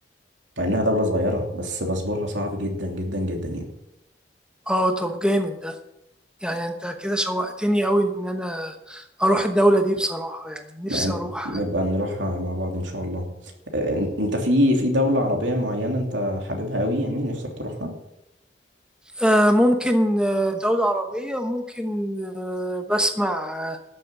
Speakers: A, on the right; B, in the centre.
A: مع انها دولة صغيرة بس باسبورها صعب جدا جدا جدا يعني
B: اه طب جامد ده يعني انت كده شوقتني قوي ان انا اروح الدولة دي بصراحة يعني نفسي
A: يعني
B: اروح
A: نبقى نروحها مع بعض ان شاء الله آه، انت في في دولة عربية معينة انت حاببها قوي يعني نفسك تروحها
B: آه ممكن آه، دولة عربية ممكن آه بسمع آه،